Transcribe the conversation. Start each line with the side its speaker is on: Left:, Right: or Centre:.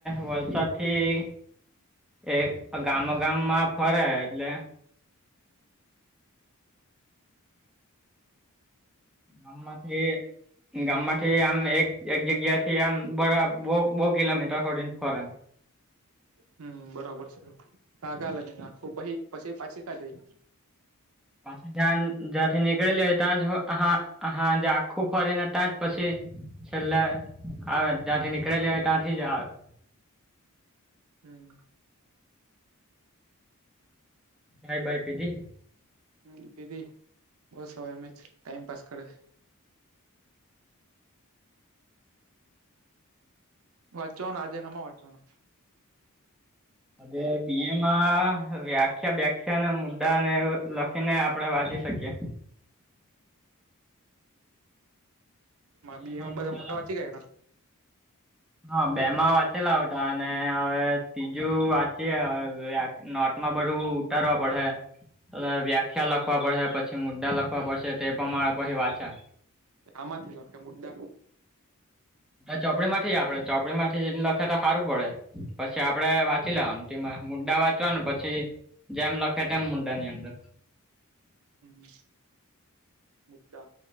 Centre: વલસાડ થી એ ગામો ગામમાં ફરે એટલે ગામમાં થી ગામ માંથી આમ એક એક જગ્યા થી આમ બરા બો બો કિલોમીટર હોડીને ફરે
Right: હમ બરાબર છે કાકા લગેના પછ પછી પાછી કા ગઈ?
Centre: પાછી જ્યા જ્યાંથી નીકળે હોય ત્યાં જ હા હા આખું ફરીને ત્યાં જ પછી છેલ્લે આવે જ્યાંથી નીકળેલી હોય ત્યાંથી જ આવે.
Right: હમ્મ
Centre: ચાઈ બાઈ પીધી.
Right: હમ્મ પીધી બસ હવે એમેજ ટાઈમ પાાસ કરે. વાંચવાનો આજે હામાં વાંચવાનો
Centre: હવે બીએમાં વ્યા વ્યાખ્યા બ્યાખ્યા ના મુદ્દાને લખીને આપણેે વાંચી શકીએ. બીએમાં
Right: બીએમા બધા
Centre: મુદ્દા
Right: મોટા વાંચી ગયા
Centre: હા બે માં વાંચેલા આવઠા અને હવે ત્રીજું નોટમાં બધું ઉતારવા પડે. વ્યાખ્યા લખવા પડશે પછી મુદ્દા લખવા પડશે તે પમાણે પછી વાંચા
Right: આમાંથી લખે મુદ્દા
Centre: ચોપડી થી જ આપડે ચોપડી થી લખે તો સારું પડે પછી આપડે વાંચી લેવાનું. મુદ્દા વાંચવાનું પછી જેમ લખે તેમ મુદ્દા ની અંદર.
Right: હમ્મ મુદ્દા